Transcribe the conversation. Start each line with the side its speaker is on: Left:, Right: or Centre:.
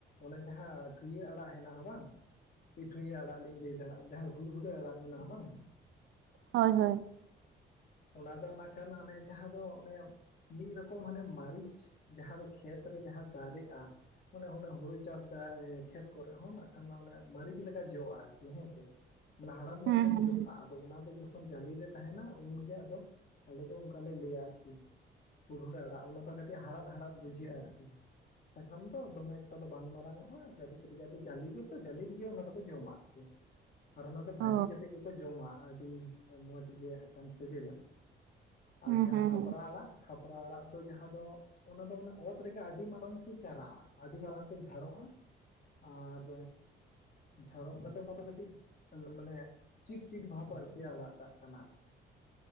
Left: ᱚᱱᱮ ᱡᱟᱦᱟᱸ ᱴᱷᱭᱟᱹ ᱟᱲᱟᱜ ᱦᱮᱱᱟᱜᱼᱟ ᱵᱟᱝ ᱴᱷᱩᱭᱟᱹ ᱟᱲᱟᱜ ᱞᱤᱧ ᱞᱟᱹᱭᱮᱫᱟ ᱡᱟᱦᱟᱸ ᱦᱩᱲᱩ ᱦᱩᱲᱩ ᱟᱲᱟᱜ ᱢᱮᱱᱟᱜᱼᱟ ᱵᱟᱝ
Right: ᱦᱳᱭ ᱦᱳᱭ
Left: ᱚᱱᱟ ᱫᱚ ᱱᱟᱜ ᱠᱷᱟᱱ ᱚᱱᱮ ᱡᱟᱦᱟᱸ ᱫᱚ ᱚᱱᱮ ᱢᱤᱫ ᱨᱚᱠᱚᱢ ᱦᱟᱱᱮ ᱢᱟᱹᱨᱤᱪ ᱡᱟᱦᱟᱸ ᱫᱚ ᱠᱷᱮᱛ ᱨᱮ ᱡᱟᱦᱟᱸ ᱫᱟᱨᱮᱜᱼᱟ ᱚᱱᱮ ᱚᱱᱮ ᱦᱩᱲᱩ ᱪᱟᱥ ᱫᱟᱭ ᱠᱷᱮᱛ ᱠᱚᱨᱮ ᱦᱚᱸ ᱱᱟᱜ ᱠᱷᱟᱱ ᱚᱱᱮ ᱢᱟᱹᱨᱤᱪ ᱞᱮᱠᱟ ᱡᱚᱜᱼᱟ ᱟᱨᱠᱤ ᱦᱮᱸ ᱥᱮ ᱢᱟᱱᱮ ᱦᱟᱲᱟᱢ ᱞᱮᱱᱠᱷᱟᱱ
Right: ᱦᱩᱸ ᱦᱩᱸ
Left: ᱡᱚᱜᱼᱟ
Right: ᱦᱩᱸ
Left: ᱟᱫᱚ ᱚᱱᱟ ᱫᱚ ᱡᱚᱠᱷᱚᱱ ᱡᱟᱞᱮ ᱛᱟᱦᱮᱱᱟ ᱩᱱ ᱟᱫᱚ ᱟᱞᱮ ᱫᱚ ᱚᱱᱠᱟ ᱞᱮ ᱞᱟᱹᱭᱟ ᱟᱨᱠᱤ ᱦᱩᱲ ᱦᱩᱲᱟᱹ ᱟᱲᱟᱜ ᱚᱱᱟ ᱫᱚ ᱠᱟᱹᱴᱤᱡ ᱦᱟᱲᱟᱫ ᱦᱟᱲᱟᱫ ᱵᱩᱡᱷᱟᱹᱜᱼᱟ ᱟᱨᱠᱤ ᱥᱟᱠᱟᱢ ᱫᱚ ᱫᱚᱢᱮ ᱮᱠᱴᱟ ᱫᱚ ᱵᱟᱝ ᱢᱟᱨᱟᱝ ᱚᱜᱼᱟ ᱠᱟᱹᱴᱤᱡ ᱠᱟᱹᱴᱤᱡ ᱟᱫᱚ ᱡᱟᱹᱞᱤ ᱨᱮᱛᱚ ᱡᱟᱹᱞᱤ ᱨᱮᱜᱮ ᱚᱱᱟ ᱫᱚᱠᱚ ᱡᱚᱢᱟ ᱴ <inaudible> ᱟᱨ ᱚᱱᱟ ᱫᱚ ᱵᱷᱟᱹᱡᱤ
Right: ᱚ
Left: ᱠᱟᱛᱮ ᱜᱮᱠᱚ ᱡᱚᱢᱟ ᱟᱹᱰᱤ ᱢᱚᱸᱡ ᱜᱮ ᱠᱷᱟᱱ ᱥᱮᱵᱮᱞᱟ ᱟᱨ
Right: ᱦᱩᱸ
Left: ᱡᱟᱦᱟᱸ
Right: ᱦᱩᱸ
Left: ᱠᱷᱟᱯᱨᱟ
Right: ᱦᱩᱸ
Left: ᱟᱲᱟᱜ ᱠᱷᱟᱯᱨᱟ ᱟᱲᱟᱜ ᱫᱚ ᱡᱟᱦᱟᱸ ᱫᱚ ᱚᱱᱟ ᱫᱚ ᱢᱟᱱᱮ ᱚᱛ ᱨᱮᱜᱮ ᱟᱹᱰᱤ ᱢᱟᱨᱟᱝ ᱛᱮ ᱪᱟᱨᱟᱜᱼᱟ ᱟᱹᱰᱤ ᱢᱟᱨᱟᱝ ᱛᱮ ᱡᱷᱟᱲᱚᱜᱼᱟ ᱟᱨ ᱡᱷᱟᱲᱚᱜ ᱠᱟᱛᱮᱜ ᱚᱱᱟ ᱫᱚ ᱠᱟᱹᱴᱤᱡ ᱢᱟᱱᱮ ᱪᱤᱴ ᱪᱤᱴ ᱵᱷᱟᱵ ᱟᱨᱠᱤ ᱟᱲᱟᱜ ᱴᱟᱜ ᱠᱟᱱᱟ ᱟᱨᱠᱤ